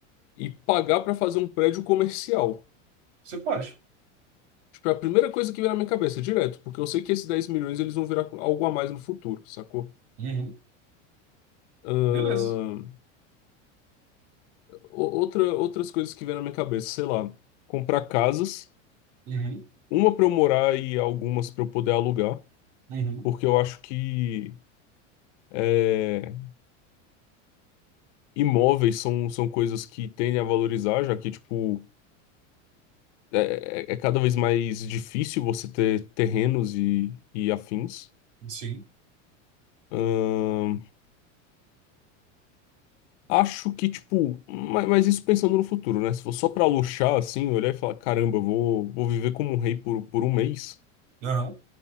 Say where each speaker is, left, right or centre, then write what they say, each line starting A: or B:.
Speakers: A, on the left; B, on the right.
A: e pagar pra fazer um prédio comercial.
B: Você pode.
A: Tipo, é a primeira coisa que vem na minha cabeça, direto, porque eu sei que esses 10 milhões eles vão virar algo a mais no futuro, sacou?
B: Uhum.
A: Ahn,
B: Beleza.
A: o- outra, outras coisas que vem na minha cabeça, sei lá. Comprar casas,
B: Uhum.
A: uma para eu morar e algumas para eu poder alugar,
B: Uhum.
A: porque eu acho que É, imóveis são, são coisas que tendem a valorizar, já que, tipo, é, é- é cada vez mais difícil você ter terrenos e, e afins.
B: Sim.
A: Ahn, acho que, tipo, ma- mas, isso pensando no futuro, né? Se for só pra luxar, assim, olhar e falar, caramba, eu vou, vou viver como um rei por, por um mês.
B: Aham.